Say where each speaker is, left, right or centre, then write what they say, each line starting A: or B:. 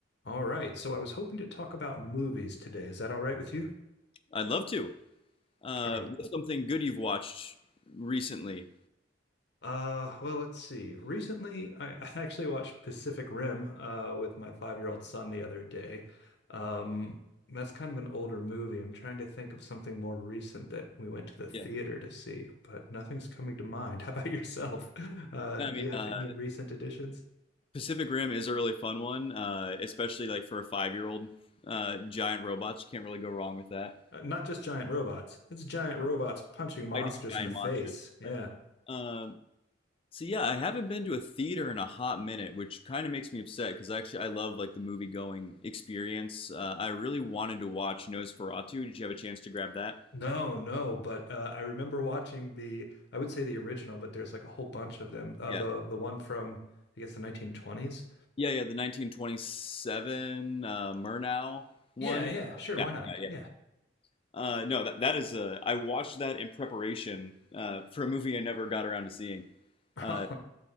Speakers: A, on the left; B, on the left.
A: All right. So I was hoping to talk about movies today. Is that all right with you?
B: I'd love to. Uh,
A: All right.
B: what's something good you've watched recently?
A: Uh, well, let's see. Recently, I <laughs> I actually watched Pacific Rim uh, with my five-year-old son the other day. Um, that's kind of an older movie. I'm trying to think of something more recent that we went to the theater
B: Yeah,
A: to see, but nothing's coming to mind. <laughs> How about yourself? <laughs> Uh,
B: No,
A: do
B: I mean,
A: you have
B: uh,
A: any recent additions?
B: Pacific Rim is a really fun one, uh, especially like for a five-year-old. Uh, giant robots, can't really go wrong with that.
A: Uh, not just giant robots. It's giant robots punching monsters
B: Fighting giant
A: in the face.
B: monsters,
A: Yeah.
B: that's right? Um, so yeah, I haven't been to a theater in a hot minute, which kind of makes me upset because actually I love like the movie-going experience. Uh, I really wanted to watch Nosferatu. Did you have a chance to grab that?
A: No, no, but uh, I remember watching the, I would say the original, but there's like a whole bunch of them. Uh,
B: Yeah.
A: the the one from, I guess, the 1920s.
B: Yeah, yeah, the 1927 uh, Murnau one.
A: Yeah, yeah, sure,
B: Yeah,
A: why not?
B: yeah, yeah.
A: Yeah.
B: Uh, no, that that is a. I watched that in preparation uh, for a movie I never got around to seeing.
A: <laughs>
B: Uh,